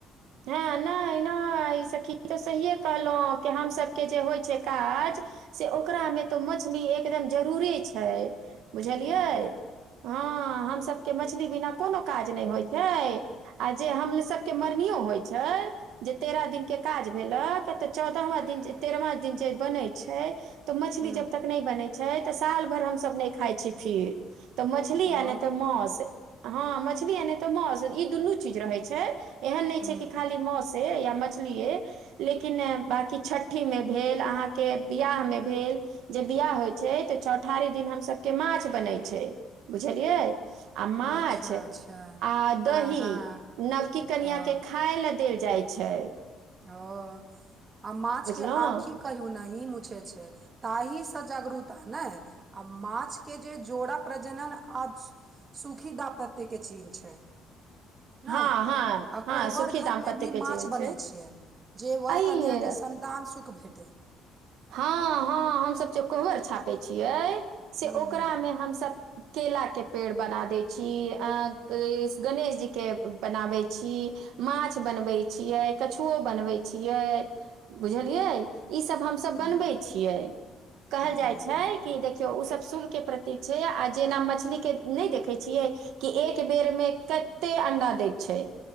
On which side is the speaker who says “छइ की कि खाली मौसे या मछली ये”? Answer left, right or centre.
Right